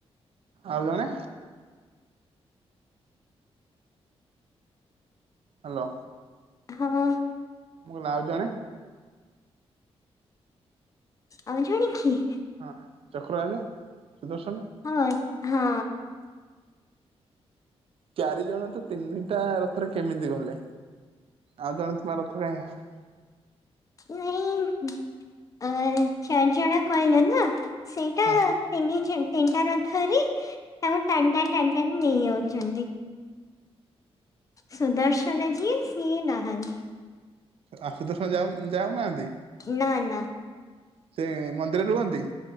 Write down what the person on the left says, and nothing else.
ହଁ।
ଆଉ ଜଣେ କିଏ?
ହଁ ହଁ।
ନାଇଁ ଚାରି ଜଣ କହିଲ ନା। ସେଇଟା
ତିନି ଜଣ। ତିନିଟା ରଥରେ ତାଙ୍କୁ ଟାଣି ଟାଣି ଟାଣି ଟାଣି ନେଇଯାଉଛନ୍ତି। ସୁଦର୍ଶନ ଯିଏ ସିଏ ନାହାନ୍ତି।
ନା ନା।